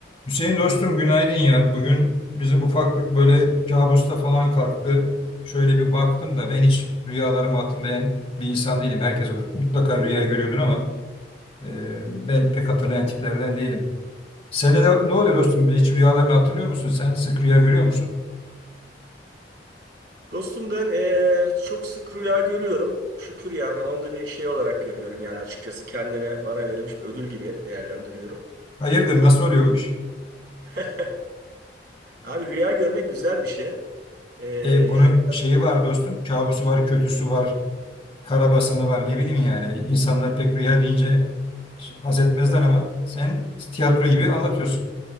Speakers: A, on the left; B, on the right.
A: Hüseyin dostum günaydın ya. Bugün bizim ufaklık böyle kabusta falan kalktı. Şöyle bir baktım da ben hiç rüyalarımı hatırlayan bir insan değilim. Herkes mutlaka rüya görüyordur ama e, ben pek hatırlayan tiplerden değilim. Sende de ne oluyor dostum? Hiç rüyalarını hatırlıyor musun sen? Sık rüya görüyor musun?
B: Dostum ben eee, çok sık rüya görüyorum. Şükür yani onu da bir şey olarak görüyorum yani açıkçası kendime bana verilmiş bir ödül gibi değerlendiriyorum.
A: Hayırdır nasıl oluyor bu iş?
B: <laughs> Abi rüya görmek güzel bir şey. Eee,
A: E, bunun
B: yani nasıl-
A: şeyi var dostum. Kabusu var, kötüsü var, karabasanı var ne bileyim yani. İnsanlar pek rüya deyince haz etmezler
B: evet.
A: ama sen tiyatro gibi anlatıyorsun.